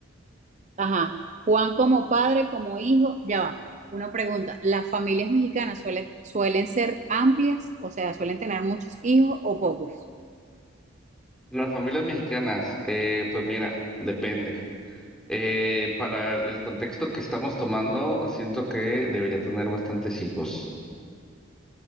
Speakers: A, on the right; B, in the centre.
A: Ajá. Juan como padre, como hijo, ya va. Una pregunta, ¿las familias mexicanas suelen, suelen ser amplias? O sea, ¿suelen tener muchos hijos o pocos?
B: Las familias mexicanas, eh, pues mira, depende. Eh, para el el contexto que estamos tomando, siento que debería tener bastantes hijos.